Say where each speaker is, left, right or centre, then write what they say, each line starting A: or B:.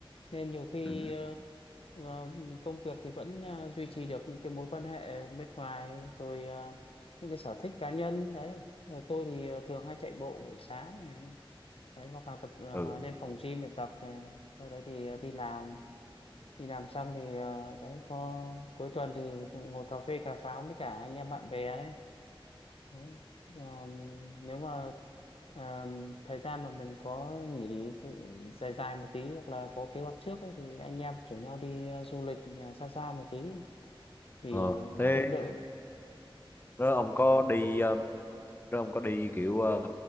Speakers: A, on the left; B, on the left.
A: nên nhiều khi
B: Ừ.
A: ờ, ờ, công việc thì vẫn ờ, duy trì được những cái mối quan hệ bên ngoài rồi ờ, những cái sở thích cá nhân đấy Ờ, tôi thì ờ, thường hay chạy bộ buổi sáng này đấy hoặc là tập ờ,
B: ừ.
A: lên phòng gym để tập này sau đấy thì ờ, đi làm đi làm xong thì uh, đấy có cuối tuần thì ngồi cà phê cà pháo với cả anh em bạn bè đấy đấy Ờ, nếu mà ờ, thời gian mà mình có nghỉ đi dự- dài dài một tí hoặc là có kế hoạch trước ấy thì anh em rủ nhau đi ờ, du lịch ờ, xa xa một tí thì
B: Ờ,
A: ờ, nó
B: thế
A: cũng đỡ
B: đó, ông có đi ờ, nếu ông có đi kiểu ờ,